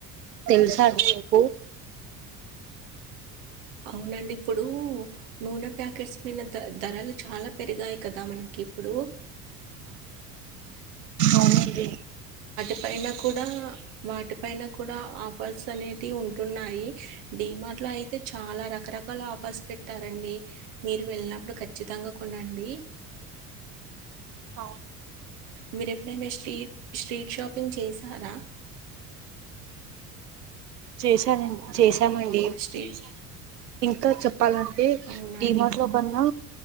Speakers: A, on the right (about 80°); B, on the right (about 55°).
A: తెలుసాను పోఓ
B: అవునండి ఇప్పుడు నూనె ప్యాకెట్స్ మీద ధరలు చాలా పెరిగాయి కదా మనకి ఇప్పుడు
A: అవుది
B: యి నాకు కూడా వాటిపైన కూడా పసని ఉంటున్నాయి డిమార్ట్లో అయితే చాలా రకరకాల ఆఫర్స్ పెట్టారండి మీరు వెళ్ళినప్పుడు ఖచ్చితంగా కొనండి
A: అ
B: మీరు ఎప్పుడైనా స్ట్రీట్ స్ట్రీట్ షాపింగ్ చేశారా
A: చేశానండి చేసా ఏమైంది
B: స్ట్రీట్
A: ఇంకా చెప్పాలంటే
B: అవునండి
A: డిమార్ట్ లో కన్నా